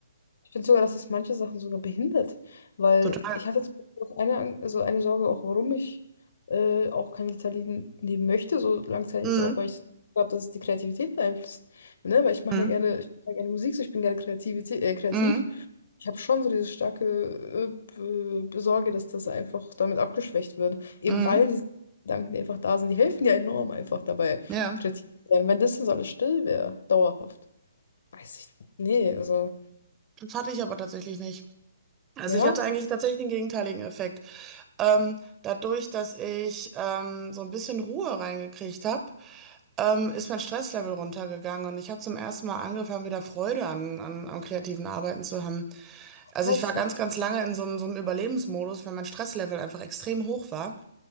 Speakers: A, on the left; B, on the right.
A: ich finde sogar, dass es manche Sachen sogar behindert, weil
B: Total.
A: ich hatte zum Beispiel auch eine, Ang- also eine Sorge, auch warum ich äh, auch kein Ritalin nehmen möchte, so langzeitig
B: Mhm.
A: ist auch, weil ich glaube, dass es die Kreativität beeinflusst, ne? Weil ich mache
B: Mhm.
A: ja gerne, ich mache ja gerne Musik, so ich bin gerne Kreativität, äh, kreativ
B: Mhm.
A: Ich habe schon so diese starke äh, Be- Besorge, dass das einfach damit abgeschwächt wird. Eben
B: Mhm.
A: weil diese Gedanken, die einfach da sind, die helfen ja enorm einfach dabei,
B: Ja,
A: kreativ zu sein. Wenn das dann so alles still wäre, dauerhaft, weiß ich nicht. Nee, also,
B: das hatte ich aber tatsächlich nicht. Also
A: ja.
B: ich hatte eigentlich tatsächlich den gegenteiligen Effekt. Ähm, dadurch, dass ich ähm, so ein bisschen Ruhe reingekriegt habe, ähm, ist mein Stresslevel runtergegangen und ich habe zum ersten Mal angefangen, wieder Freude an, an, am kreativen Arbeiten zu haben. Also
A: Also,
B: ich war ganz, ganz lange in so einem, so einem Überlebensmodus, weil mein Stresslevel einfach extrem hoch war.